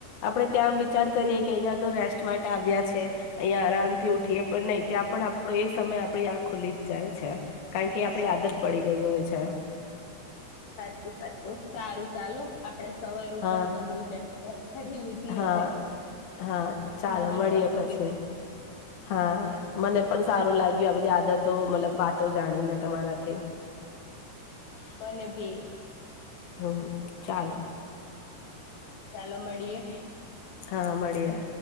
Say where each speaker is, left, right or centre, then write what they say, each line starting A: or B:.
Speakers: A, on the left; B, on the left.
A: આપણે ત્યાંમ વિચાર
B: હમ
A: કરીએ કે અહિયાં રેસ્ટ માટે આવ્યા છે અહીયા આરામ થી ઉઠીએ પણ નહી ત્યાં પણ આપડો એ સમય આપડી આ ખુલી જ જાય છે કારણ કે આપડી
B: સાચી
A: આદત પડી ગઈ હોય છે
B: સાચું સાચું સારું ચાલો આપડે સવાર ઉપર
A: હા
B: તો બઉ ચ વા કરી લીધી
A: હા
B: હવે
A: હા ચાલો
B: નવા
A: મળીએ
B: નવા ટોપિક
A: પછી હા
B: સારું
A: મને પણ સારું લાગ્યું આ બધી આદતો મતલબ વાતો જાણીને તમારાથી
B: મને ભી
A: હા ચાલો
B: ચાલો મળીએે
A: હા મળ્યે